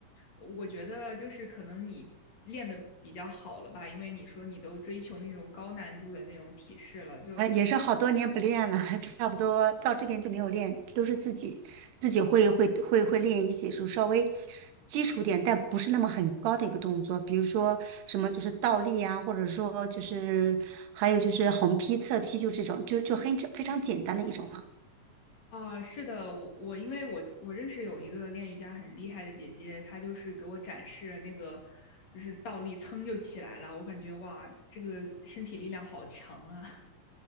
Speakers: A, on the left; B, on the right.
A: 我觉得就是可能你练的比较好了吧，因为你说你都追求那种高难度的那种体式了，就
B: 呃，也是好多年不练了，<laughs> 差不多到这边就没有练，都是自己自己会会会会练一些，就稍微基础点，但不是那么很高的一个动作，比如说什么就是倒立啊，或者说就是还有就是横劈、侧劈，就这种，就就很非常简单的一种了。
A: 啊，是的，我我因为我我认识有一个练瑜伽很厉害的姐姐，她就是给我展示那个就是倒立噌就起来了，我感觉哇，这个身体力量好强啊，